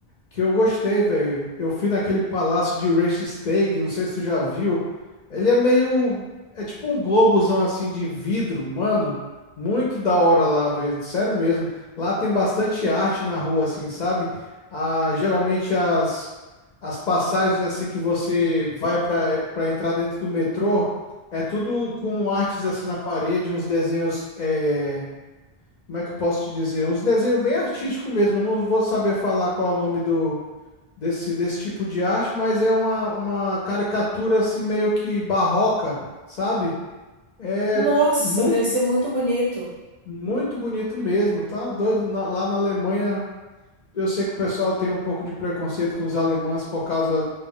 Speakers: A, on the left; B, on the right.
A: que eu gostei, velho. Eu fui naquele palácio de Reichstag, não sei se tu já viu. Ele é meio. É tipo um globozão assim de vidro, mano. Muito da hora lá, velho. Sério mesmo. Lá tem bastante arte na rua, assim, sabe? Ah, geralmente as, as passagens assim que você vai para para entrar dentro do metrô é tudo com artes assim na parede, uns desenhos. é, Como é que eu posso te dizer? Uns desenhos bem artísticos mesmo. Eu não vou saber falar qual é o nome do desse, desse tipo de arte, mas é uma, uma caricatura assim meio que barroca, sabe? É
B: Nossa,
A: muito,
B: deve ser muito bonito.
A: muito bonito mesmo, tá? Doido. Na- lá na Alemanha, eu sei que o pessoal tem um pouco de preconceito com os alemães por causa